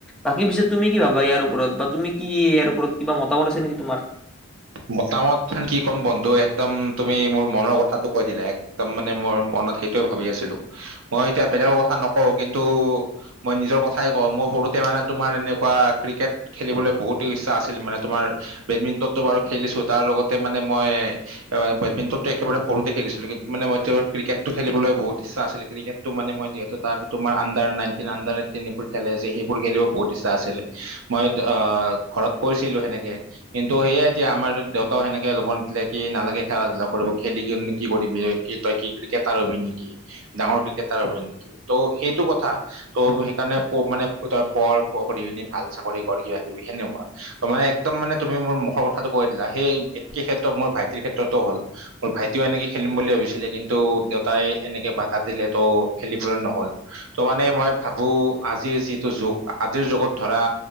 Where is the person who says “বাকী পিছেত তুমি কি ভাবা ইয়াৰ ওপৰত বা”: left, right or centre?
Centre